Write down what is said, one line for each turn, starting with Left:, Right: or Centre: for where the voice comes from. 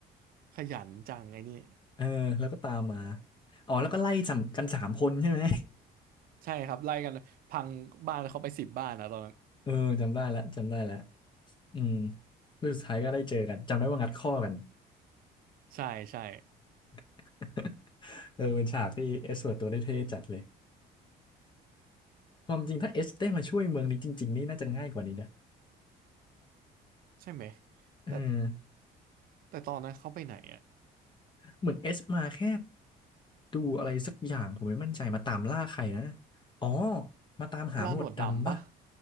Right: ขยันจังไอ้นี่
Left: เออแล้วก็ตามมาอ๋อแล้วก็ไล่จับกันสามคนใช่ไหม
Right: ใช่ครับไล่กันพังบ้านเขาไปสิบบ้านนะตอนนั้น
Left: <laughs> เออจำได้แล้วจำได้แล้วอืมแล้วสุดท้ายก็ได้เจอกันจำได้ว่างัดข้อกัน
Right: ใช่ใช่
Left: <laughs> เออเป็นฉากที่เอสเวิร์ดตัวได้เท่จัดเลย ความจริงถ้าเอสได้มาช่วยเมืองนี้จริงๆนี่น่าจะง่ายกว่านี้นะ
Right: ใช่ไหม
Left: เออ
Right: แต่แต่ตอนนั้นเขาไปไหนอะ
Left: เหมือนเอสมาแค่ดูอะไรสักอย่างผมไม่มั่นใจมาตามล่าใครนะ อ๋อ มาตามหาหนวดดำปะ
Right: ล่าหนวดดำปะ